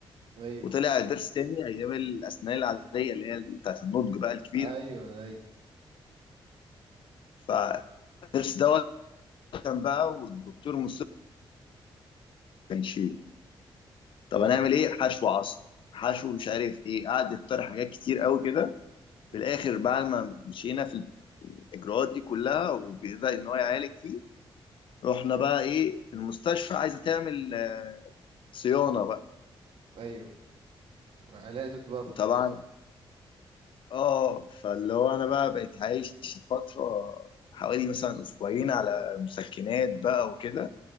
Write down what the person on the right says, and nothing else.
ايوه
ايوه ايوه
ايوه
امم
ايوه علاقة انتوا بقى في
النص